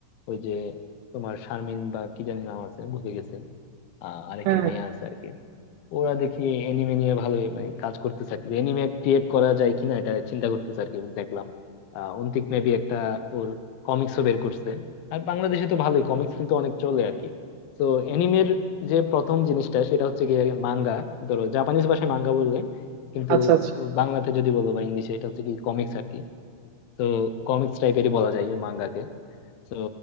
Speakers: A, on the left (about 75°); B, on the right (about 80°).
A: ওই যে তোমার শারমিন বা কি জানি নাম আছে ভুলে গেছে আহ আরেকজন
B: হ্যাঁ হ্যাঁ।
A: মেয়ে আছে আর কি ওরা দেখি এনিমে নিয়ে ভালোই মানে কাজ করতেছে আর কি এনিমে ক্রিয়েট করা যায় কিনা এটা চিন্তা করতেছে আর কি দেখলাম আহ অন্তিক মেবি একটা ওর কমিক্সও বের করছে আর বাংলাদেশে তো ভালোই কমিক্স কিন্তু অনেক চলে আর কি তো এনিমের যে প্রথম জিনিসটা সেটা হচ্ছে গিয়ে মাঙ্গা ধরো জাপানিজ ভাষায় মাঙ্গা বলবে কিন্তু
B: আচ্ছা আচ্ছা
A: বাংলাতে যদি বলো বা ইংলিশে এটা হচ্ছে কি কমিক্স আর কি তো কমিক্স টাইপেরই বলা যায় মাঙ্গাকে তো